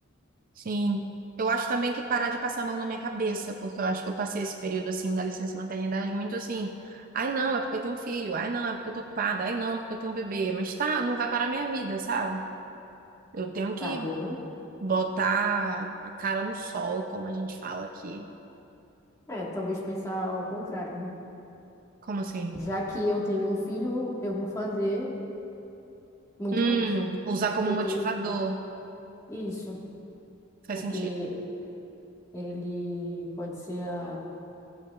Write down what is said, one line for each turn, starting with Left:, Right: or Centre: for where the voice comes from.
Right: Sim. Eu acho também que parar de passar a mão na minha cabeça, porque eu acho que eu passei esse período assim da licença maternidade muito assim. Ai, não, é porque eu tenho filho. Ai, não, é porque eu tô ocupada. Ai, não, é porque eu tenho um bebê. Mas tá, não vai parar a minha vida, sabe? Eu tenho que
Left: Tá bom.
Right: Botar a cara no sol, como a gente fala aqui.
Left: É, talvez pensar ao contrário, né?
Right: Como assim?
Left: Já que eu tenho um filho, eu vou fazer muito
Right: Hum,
Left: mais.
Right: usar
Left: Porque
Right: como
Left: eu
Right: motivador.
Left: tenho um filho. Isso,
Right: Faz
Left: porque
Right: sentido.
Left: ele pode ser a,